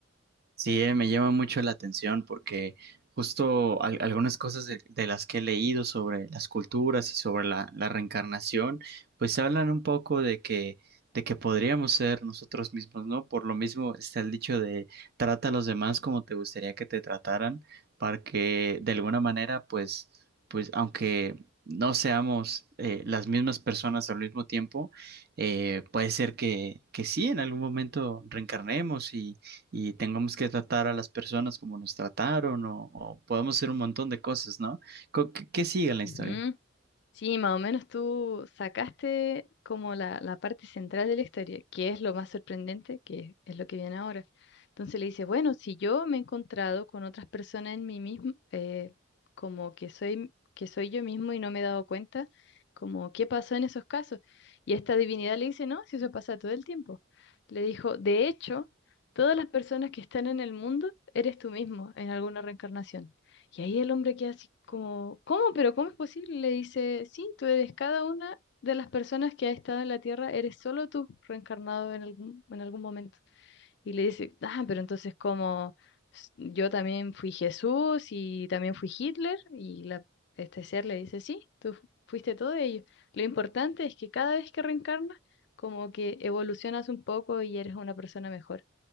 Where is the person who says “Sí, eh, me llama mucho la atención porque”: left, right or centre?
Right